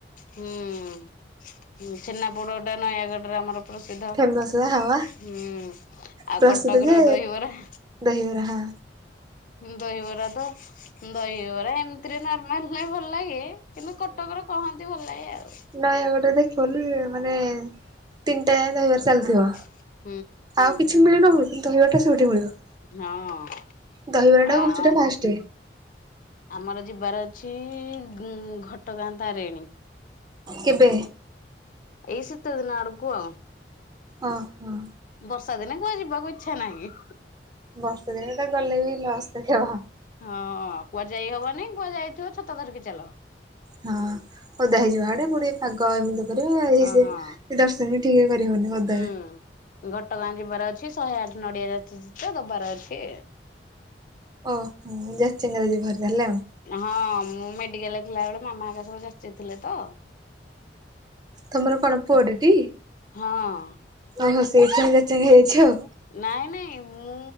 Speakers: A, on the left (about 50°); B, on the right (about 25°).
A: ହୁଁ ଛେନା ପୋଡ ଟା ନୟାଗଡ଼ ରେ ଆମର ପ୍ରସିଦ୍ଧ
B: ଫେମସ୍ ବା ହାୱା
A: ହୁଁ ଆଉ
B: ପ୍ରସିଦ୍ଧ
A: କଟକର
B: ଯେ
A: ଦହିବରା?
B: ଦହିବରା ହଁ।
A: ଦହିବରା ତ। ଦହିବରା ଏମିତିରେ ନର୍ମାଲ ନହଲେ ଭଲ ଲାଗେ କିନ୍ତୁ କଟକର କହନ୍ତି ଭଲ ଲାଗେ ଆଉ।
B: ନୟାଗଡ଼ ରେ ଦେଖିବ ବୋଲି ମାନେ ତିନି ଟା ଯାଏ ଦହିବାର ଚାଲିଥିବ।
A: <inaudible>
B: ଆଉ କିଛି ମିଳୁ ନ ମିଳୁ କିନ୍ତୁ ଦହିବରା ଟା ସବୁଠି ମିଳିବ।
A: ହଁ
B: ଦହିବରା ଟା
A: ଆମ୍
B: ଗୁପଚୁପ୍ ଟା ଫାଷ୍ଟ
A: ଆମର ଯିବାର ଅଛି ଉଁ ଘଟଗାଁ ତାରେଣୀ।
B: କେବେ?
A: ଏଇ ସିତ ଦନ ଆଡକୁ ଆଉ
B: ଓହୋ।
A: ବର୍ଷା ଦିନେ କୁଆ ଯିବାକୁ ଇଚ୍ଛା ନାହିଁ।
B: ବର୍ଷେ ଦିନ ତ ଗଲେ ବି ଲସ୍ ଦେଖେଇବ।
A: ହଁ କୁଆ ଯାଇହବନି କୁଆ ଯାଇଥିବ ଛତା ଧରିକି ଚାଲ।
B: ହଁ ଓଦା ହେଇଯିବ ହାଡେ। ପୁଣି ପାଗ ଏମିତି କରିବ
A: ହଁ
B: ସେ
A: ହଁ
B: ଦର୍ଶନ ବି ଠିକ୍ ରେ କରିହବନି ଓଦା।
A: ହୁଁ। ଘଟଗାଁ ଯିବାର ଅଛି ଶହେ ଆଠ ନଡିଆ ଯାଚିଛି ତ ଦବାର ଅଛି।
B: ଓହୋ ଯଚେଙ୍ଗା ଜୀବ ହେରି ତା ହେଲେ ଆଉ।
A: ହଁ ମୁଁ ମେଡିକାଲରେ ଥିଲାବେଳେ ମାମା ହକା ସବୁ ଯାଚି ଥିଲେ ତ।
B: ତମର କଣ ପୁଅଟେ ଟି?
A: ହଁ।
B: ଓହୋ ସେଇଥିପାଇଁ ଯାଚେଙ୍ଗା ହେଇଯାଇଛି ଆଉ
A: ନାଇଁ ନାଇଁ ମୁଁ